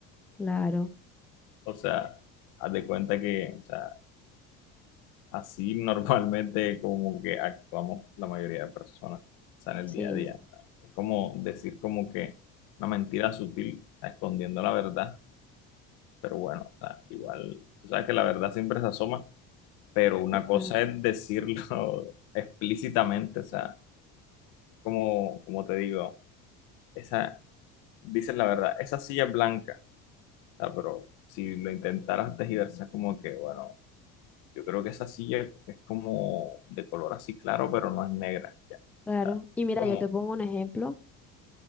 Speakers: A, in the centre; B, on the left.
A: Claro,
B: O sea, haz de cuenta que, o sea, así <laughs> normalmente como que actuamos la mayoría de personas, o sea, en el
A: sí,
B: día a día. Es como decir como que una mentira sutil, o sea, escondiendo la verdad pero bueno, o sea, igual, tú sabes que la verdad siempre se asoma, pero una cosa
A: ah,
B: es decirlo <laughs> explícitamente, o sea, como, como te digo, esa, dices la verdad, esa silla es blanca, o sea, pero si lo intentaras tergiversar, como que, bueno, yo creo que esa silla es como de color así claro, pero no es negra, ya, o
A: claro.
B: sea,
A: Y mira,
B: como,
A: yo te pongo un ejemplo